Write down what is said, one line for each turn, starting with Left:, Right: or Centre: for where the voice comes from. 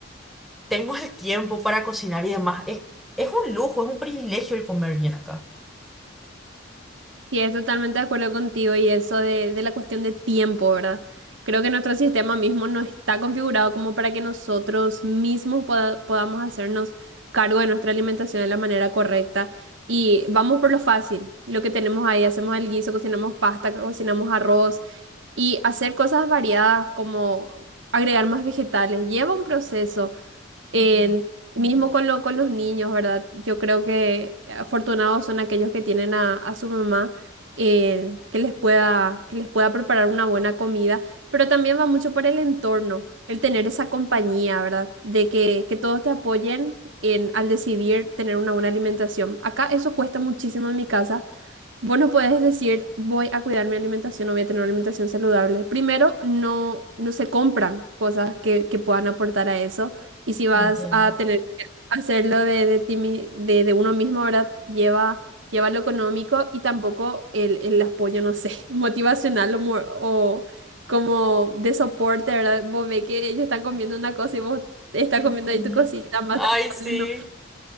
Centre: tengo el tiempo para cocinar y demás, es, es un lujo, es un privilegio el comer bien acá.
Right: Sí, es totalmente de acuerdo contigo y eso de, de la cuestión de tiempo, ¿verdad? Creo que nuestro sistema mismo no está configurado como para que nosotros mismos poda- podamos hacernos cargo de nuestra alimentación de la manera correcta. Y vamos por lo fácil, lo que tenemos ahí, hacemos el guiso, cocinamos pasta, cocinamos arroz y hacer cosas variadas como agregar más vegetales. Lleva un proceso. En-
Centre: Ujú,
Right: mismo con lo, con los niños, ¿verdad? Yo creo que afortunados son aquellos que tienen a, a su mamá eh, que les pueda, que les pueda preparar una buena comida, pero también va mucho por el entorno, el tener esa compañía, ¿verdad? De que, que todos te apoyen en, al decidir tener una buena alimentación. Acá eso cuesta muchísimo en mi casa Vos no podés decir, voy a cuidar mi alimentación o voy a tener una alimentación saludable. Primero, no, no se compran cosas que, que puedan aportar a eso. Y si vas
Centre: Entiendo.
Right: a tener que hacerlo de, de, ti mi- de, de uno mismo, ahora lleva, lleva lo económico y tampoco el, el apoyo, no sé, <laughs> motivacional o, mo- o como de soporte, ¿verdad? Vos ves que ellos están comiendo una cosa y vos estás
Centre: Ujú.
Right: comiendo ahí tu cosita más
Centre: Ay,
Right: saludable.
Centre: sí.
Right: No,